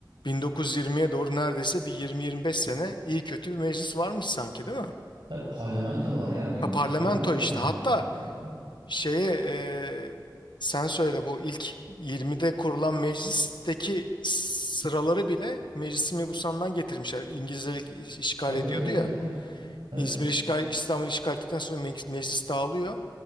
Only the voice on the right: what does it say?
Tabii parlamento var ya bilinç.
Parlamento
yani.
Tabii tabii.
Tabii
tabii tabii
tabii. Tabii.